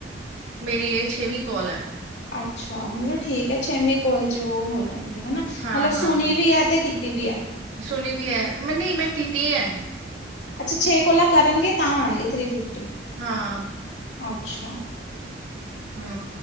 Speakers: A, on the right (about 85°); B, on the left (about 70°).
A: ਮੇਰੀ ਇਹ ਛੇਵੀਂ ਕੋਲ ਹੈ।
B: ਅੱਛਾ, ਮਤਲਬ ਠੀਕ ਹੈ ਛੇਵੀਂ ਕੋਲ ਚ ਉਹ ਹੋ ਜਾਣਗੇ ਹਨਾ?
A: ਹਾਂ,
B: ਮਤਲਬ
A: ਹਾਂ,
B: ਸੁਣੀ
A: ਹਾਂ,
B: ਵੀ ਹੈ ਤੇ ਕੀਤੀ ਵੀ ਹੈ।
A: ਸੁਣੀ ਵੀ ਹੈ, ਨਹੀਂ ਮੈਂ ਕੀਤੀ ਹੈ।
B: ਅੱਛਾ ਛੇ ਕੋਲਾ ਕਰਨਗੇ ਤਾਂ ਆਉਣਗੇ ਥ੍ਰੀ ਫਿਫਟੀ।
A: ਹਾਂ।
B: ਅੱਛਾ।
A: ਹੂੰ।